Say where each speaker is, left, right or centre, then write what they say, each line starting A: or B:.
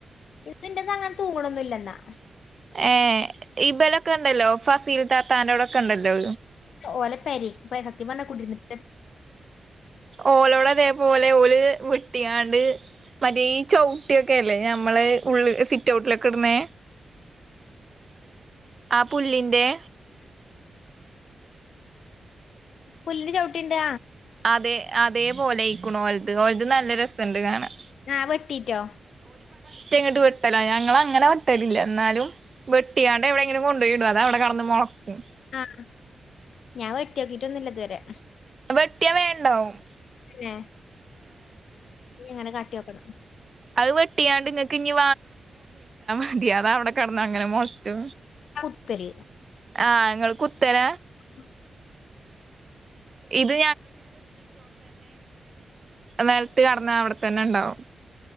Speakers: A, on the left (about 85°); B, on the right (about 35°).
A: ഇതിന്റെന്ന അങ്ങനെ തൂണൊന്നില്ലെന്നാ
B: ഏ ഇബലൊക്കെ ഉണ്ടല്ലോ ഫസീൽ തത്താനോടൊക്കെ ഉണ്ടല്ലോ
A: ഓലെ പെരെക്ക് പ്പ സത്യം പറഞ്ഞ കുടിരിന്നിട്ടില്ല
B: ഓലോട് അതേ പോലെ <unintelligible> ഓല് വെട്ട്യാട് മറ്റേ ഈ ചവിട്ടിയൊക്കെല്ലേ നമ്മള് ഉള്ളിൽ സിറ്റ് ഔട്ടിലൊക്കെ ഇടുന്നേ ആ പുല്ലിന്റെ-
A: പുല്ലിന്റെ ചവിട്ടി ഇണ്ട്
B: അതെ അതെ പോലായ്ക്കണു ഓല്ത് ഓല്ത് നല്ല രസണ്ട് കാണാൻ
A: ഞാൻ വെട്ടീറ്റോ
B: ഒറ്റങ്ങോട്ട് വെട്ടല ഞങ്ങൾ അങ്ങനെ വെട്ടലില്ല എന്നാലും വെട്ടിയാണ്ട് എവിടെയെങ്കിലും കൊണ്ടു പോയിടും അത അവിടെ കടന്ന് മുളക്കും
A: ആഹ ഞാൻ വെട്ടി നോക്കിട്ട ഒന്നുമില്ലതുവരെ
B: കൃത്യമേ ഉണ്ടാവും
A: <unintelligible> ഇങ്ങനെ അങ്ങ് കട്ട് മാറ്റി വെക്കണം
B: അത് വെട്ടിയാണ്ട് നിങ്ങക്ക് ഇനി അതി അത അവിടെ കിടന്ന് അങ്ങനെ മുളച്ചു
A: ത്തല്
B: ആഹ് ങ്ങൾ കുത്തന
A: <inaudible>
B: ഇത് നലത്ത് കെടന്നാ അവിടെത്തന്നെ ഉണ്ടാവും